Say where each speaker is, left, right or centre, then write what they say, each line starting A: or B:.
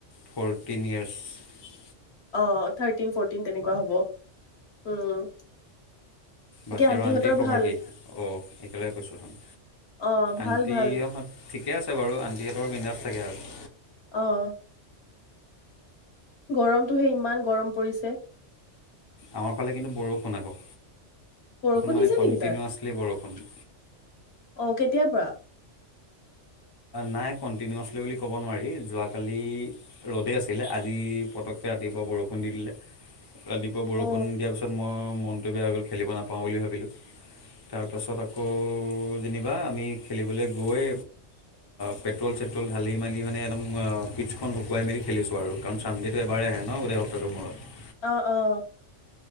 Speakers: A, on the left; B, on the left.
A: ফৰটিন ইয়ৰছ।
B: অহ। থিৰ্তিন ফৰ্তিন তেনেকুৱা হ'ব, উম।
A: বাকী
B: আন্টিহঁতৰ
A: আৰু আণ্টিৰ খবৰ
B: ভাল
A: কি? অ', একেলগ কৈছোঁচোন
B: অ ভাল
A: আণ্টিহঁত
B: ভাল
A: ঠিকেই আছে বাৰু আণ্টিহঁতৰ মন্ধা থাকে আৰু
B: অহ। গৰমটোহে ইমান গৰম পৰিছে।
A: আমাৰ ফালে কিন্তু বৰষুণ আকৌ।
B: বৰষুণ
A: মানে
B: দিছে
A: কণ্টিনিউৱাছলি
B: নেকি তাত,
A: বৰষুণ
B: অহ, কেতিয়াৰ পৰা?
A: নাই কণ্টিনিউছলি বুলি ক'ব নোৱাৰি যোৱাকালি ৰ'দেই আছিলে আজি পতককৈ ৰাতিপুৱা বৰষুণ দি দিলে। ৰাতিপুৱা বৰষুণ
B: অ
A: দিয়াৰ পাছত মই মনটো বেয়া হৈ গ'ল খেলিব নাপাওঁ বুলি ভাবিলোঁ তাৰপাছত আকৌ যেনিবা আমি খেলিবলৈ গৈ পেট্ৰল চেট্ৰল ঢালি মেলি মানে একদম পিটখন শুকুৱাই মেলি খেলিছোঁ আৰু কাৰণ চানডেটো এবাৰেই আহে ন গোটেই সপ্তাহটোৰ মূৰত।
B: অহ, অ'।